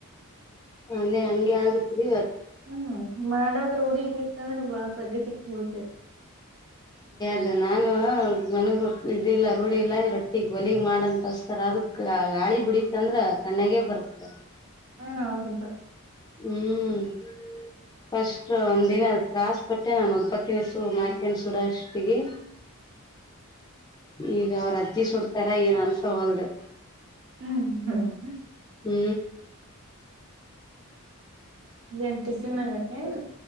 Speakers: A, on the left (about 15°); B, on the right (about 60°).
A: ಹಾನೇ ಹಂಗೆ ಆಗತ್ರಿ ಇವತ್
B: ಹ್ಮ್ ಮಾಡದ್ ರೂಡಿ ಇರ್ಲಿಕ್ ಅಂದ್ರ ಬಾಳ ಪಜೀತಿ <unintelligible>
A: <unintelligible> ನಾನೂ ನನ್ಗೂ ಇದಿಲ್ಲ ರೂಢಿ ಇಲ್ಲ ಈ ರೊಟ್ಟಿಗ್ ಒಲೀಗ್ ಮಾಡ್ ಅಂತ್ ತೋಸ್ತಾರ ಅದು ಗಾ ಗಾಳಿ ಬಡೀತಂದ್ರ ಕಣ್ ಗೇ ಬರತ
B: ಹಾ ಹೌದು.
A: ಹ್ಮ್, ಫಸ್ಟ್ ಒಂದಿನ ತ್ರಾಸ್ ಪಟ್ಟೆ ನಾನ್ ಒಬ್ಬಾಕಿನೆ ಸು ಮಾಡ್ಕೊಂಡ್ ಸುಡಾಷ್ಟೊತ್ತಿಗೆ, ಈಗ ಅವ್ರ್ ಅಜ್ಜಿ ಸುಡ್ತಾರ ಏನು ಅನ್ಸೋವಲ್ದು.
B: ಹ್ಮ್ ಹ್ ಹ್ಮ್.
A: ಹ್ಮೂ.
B: ಏನ್ ಟಿಫಿನ್ ಮಾಡ್ಬೇಕ್ ಏನ್ರಿ?